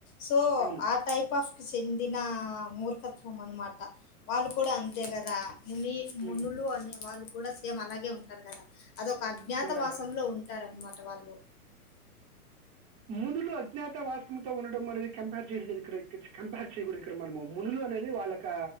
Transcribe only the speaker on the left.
సో
ఆ టైప్ ఆఫ్ కి చెందిన మూర్ తత్వం అనమాట వాళ్ళు కూడా అంతే కదా ముని
మునులు అనే వాళ్ళు కూడా సేమ్ అలాగే ఉంటారు గా అదొక అజ్ఞాతవాసంలో
ఉంటారన్నమాట వాళ్ళు